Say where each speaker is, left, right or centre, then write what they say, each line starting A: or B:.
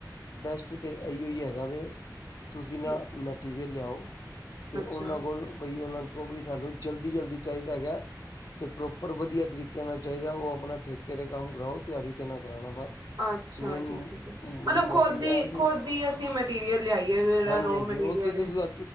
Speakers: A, on the left; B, on the right.
A: ਬੈਸਟ ਤੇ ਇਹੀਓ ਹੀ ਹੈਗਾ ਵੈ। ਤੁਸੀਂ ਨਾ
B: ਕਿ
A: ਮੈਟੀਰੀਅਲ ਲਿਆਓ ਤੇ
B: ਅੱਛਾ
A: ਉਹਨਾਂ ਕੋਲ ਬਈ ਉਹਨਾਂ ਵੀ ਸਾਨੂੰ ਜਲਦੀ ਜਲਦੀ ਚਾਹੀਦਾ ਹੈਗਾ ਤੇ ਪ੍ਰੋਪਰ ਵਧੀਆ ਤਰੀਕੇ ਨਾਲ ਚਾਹੀਦਾ ਉਹ ਆਪਣਾ ਠੇਕੇ ਤੇ ਕੰਮ ਕਰਾਓ ਦਿਹਾੜੀ ਤੇ ਨਾ ਕਰਣਾ ਬਸ
B: ਅੱਛਾ
A: ਮੇਨ
B: ਜੀ ਠੀਕ ਹੈ ਮਤਲਬ
A: ਮੋਟਿਵ
B: ਖੁਦ ਹੀ
A: ਐ ਹੈ ਕਿ
B: ਖੁਦ ਹੀ ਅਸੀਂ ਮਟੀਰੀਅਲ ਲਿਆਈਏ ਜਿਹੜਾ
A: ਹਾਂਜੀ
B: ਰੋ
A: ਹਾਂਜੀ
B: ਮਟੀਰੀਅਲ
A: ਓਥ ਤੁ
B: ਹੈ